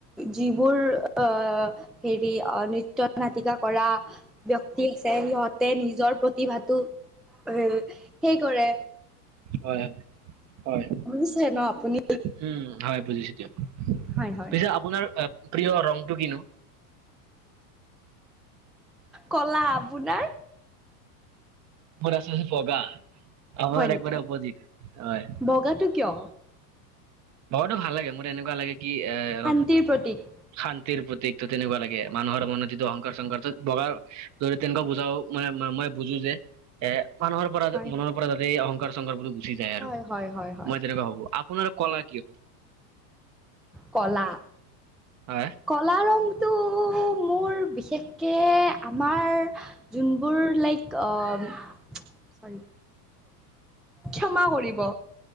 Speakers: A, in the centre; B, on the right (about 35°).
A: যিবোৰ অ', হেৰি নৃত্য নাটিকা কৰা ব্যক্তি আছে সিহঁতে নিজৰ প্ৰতিভাটো এ, সেই কৰে।
B: হয়। হয়
A: শুনিছে ন? আপুনি
B: উম, হয় বুজিছো দিয়ক।
A: হয় হয়
B: পিছে আপোনাৰ প্ৰিয় ৰংটো কিনো?
A: ক'লা, আপোনাৰ?
B: মোৰ আছে আচলতে বগা, অপোনাৰ
A: হয় নেকি
B: একবাৰে অপজিট, হয়।
A: বগাটো কিয়?
B: বগাতো ভাল লাগে মোৰ এনেকুৱা লাগে কি এ অলপ
A: শান্তিৰ প্ৰতীক।
B: শান্তিৰ প্ৰতীকো তেনেকুৱা লাগে মানুহৰ মনটো অহংকাৰ চহংকাৰ বগাৰ যদি তেনেকুৱা বুজাও। মানে মই বুজো যে এ মানুহৰ পৰা
A: হয়।
B: মনৰ পৰা যাতে অহংকাৰ চহংকাৰ বোলো গুছি যায়
A: হয়,
B: আৰু
A: হয়, হয়, হয়।
B: মই তেনেকুৱা ভাৱো। আপোনাৰ কলা কি হয়?
A: কলা?
B: হয়।
A: কলা ৰংটো মোৰ বিশেষকৈ আমাৰ যোনবোৰ লাইক অ' ক্ষমা কৰিব।